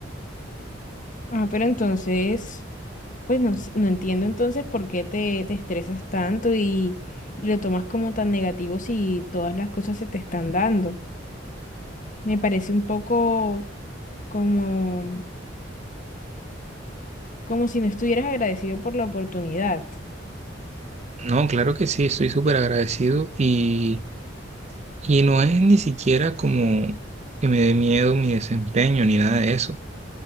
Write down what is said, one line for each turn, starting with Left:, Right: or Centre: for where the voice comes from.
Left: Ah, pero entonces Pues no, s- no entiendo entonces por qué te, te estresas tanto y, y lo tomas como tan negativo si todas las cosas se te están dando. Me parece un poco como, como si no estuvieras agradecido por la oportunidad.
Right: No, claro que sí, estoy súper agradecido y, y no es ni siquiera como que me dé miedo mi desempeño ni nada de eso.